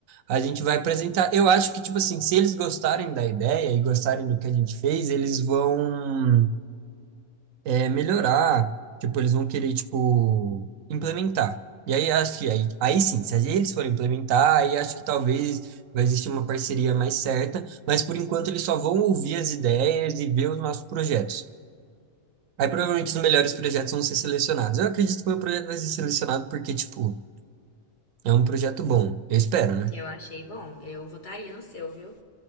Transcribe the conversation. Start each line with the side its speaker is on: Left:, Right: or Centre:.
Right: A gente vai apresentar. Eu acho que, tipo assim, se eles gostarem da ideia e gostarem do que a gente fez, eles vão é, melhorar, tipo, eles vão querer, tipo, implementar. E aí acho que aí, aí sim, se eles forem implementar, aí acho que talvez vai existir uma parceria mais certa, mas por enquanto eles só vão ouvir as ideias e ver os nossos projetos. Aí provavelmente os melhores projetos vão ser selecionados. Eu acredito que o meu projeto vai ser selecionado porque, tipo, é um projeto bom. Eu espero, né?
Left: Eu achei bom. Eu votaria no seu, viu?